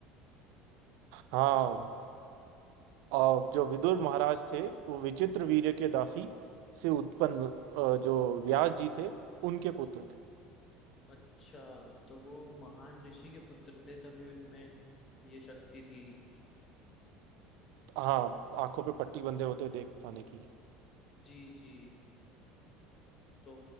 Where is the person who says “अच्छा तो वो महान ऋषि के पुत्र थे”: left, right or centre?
Left